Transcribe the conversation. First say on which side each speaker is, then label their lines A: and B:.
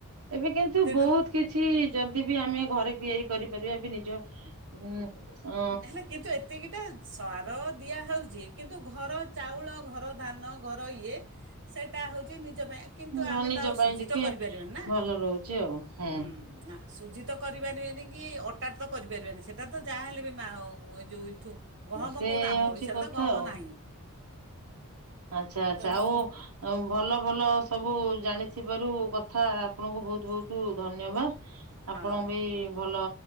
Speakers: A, on the right; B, on the right.
A: ଏବେ କିନ୍ତୁ
B: ତେଣୁ
A: ବହୁତ କିଛି ଯଦି ବି ଆମେ ଘରେ ତିଆରି କରିପାରିବା ବି ନିଜ ଉଁ ଅ
B: ହେଲେ କିନ୍ତୁ ଏତିକିଟା ସାର ଦିଆହଉଛି କିନ୍ତୁ ଘର ଚାଉଳ ଘର ଧାନ ଘର ଇଏ। ସେଇଟା ହେଉଛି ନିଜ ପାଇଁ
A: ସବୁ
B: କିନ୍ତୁ ଆମେ
A: ନିଜ
B: ତ ଆଉ
A: ପାଇଁ
B: ସୁଜିତ
A: ଟିକେ
B: କରିପାରିବାନ ନା
A: ଭଲ ରହୁଛି ଆଉ ହୁଁ।
B: ହୁ ନା। ସୁଜିତ କରିପାରିବେନି କି ଅଟାରେଟ ତ କରିପାରିବେନି ସେଇଟା ତ ଯାହାହ ହେଲେ ବି ମା ଯେଉଁଇଠୁ - ଗହମ
A: ସେ
B: କଉଁଠୁ ଆମ
A: ହଉଛି
B: ଓଡ଼ିଶାରେ
A: କଥା
B: ତ ଗହମ ନାହିଁ।
A: ଆଛା ଆଚ୍ଛା
B: ତେଣୁ
A: ଆଉ ଭଲ ଭଲ ସବୁ ଜାଣିଥିବାରୁ କଥା ଆପଣଙ୍କୁ ବହୁତ ବହୁତ ଧନ୍ୟବାଦ
B: ହଁ
A: ଆପଣ ବି ଭଲ